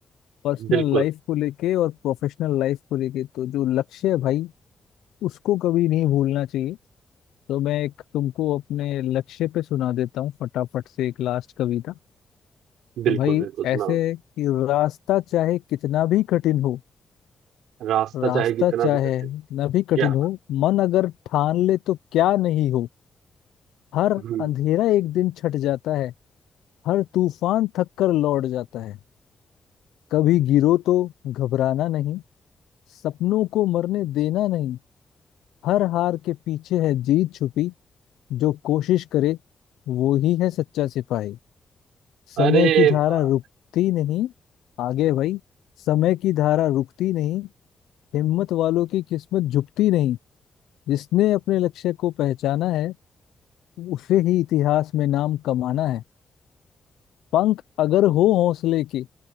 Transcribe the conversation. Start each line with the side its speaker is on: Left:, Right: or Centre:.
Left: पर्सनल
Right: बिल्कुल
Left: लाइफ को लेके और प्रोफेशनल लाइफ को लेके तो जो लक्ष्य है भाई उसको कभी नहीं भूलना चाहिए तो मैं एक तुमको अपने लक्ष्य पे सुना देता हूँ फटाफट से एक लास्ट कविता
Right: बिल्कुल
Left: तो भाई
Right: बिल्कुल सुनाओ
Left: ऐसे कि रास्ता चाहे कितना भी कठिन हो
Right: रास्ता
Left: रास्ता
Right: चाहे कितना
Left: चाहे
Right: भी कठिन
Left: कितना भी
Right: क्या
Left: कठिन
Right: बात।
Left: हो मन अगर ठान ले तो क्या नहीं हो हर
Right: हम्म।
Left: अंधेरा एक दिन छट जाता है हर तूफान थक कर लौट जाता है कभी गिरो तो घबराना नहीं सपनों को मरने देना नहीं हर हार के पीछे है जीत छुपी जो कोशिश करे वो ही है सच्चा सिपाही समय
Right: अरे
Left: की धारा
Right: वाह,
Left: रुकती नहीं आगे भाई समय की धारा रुकती नहीं हिम्मत वालों की किस्मत झुकती नहीं जिसने अपने लक्ष्य को पहचाना है उसे ही इतिहास में नाम कमाना है पंख अगर हो हौसले के